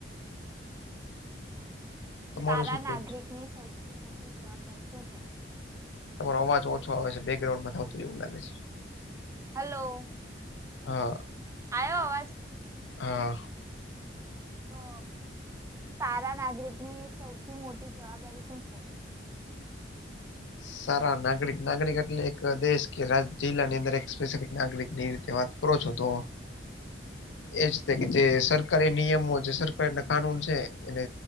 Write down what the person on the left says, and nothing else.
તમારું
શું કેવું
છે
તમારો અવાજ ઓછો આવે છે બેકગ્રાઉન્ડમાં થી આવતુ એવું લાગે છે.
હા.
હા.
સારા નાગરિક નાગરિક એટલે એક દેશ કે રાજ જિલ્લાની અંદર એક સ્પેસફિક નાગરિક ની રીતે વાત કરો છો તો. એજ કે જે સરકારી નિયમો છે સરકારીને કાનૂન છે એને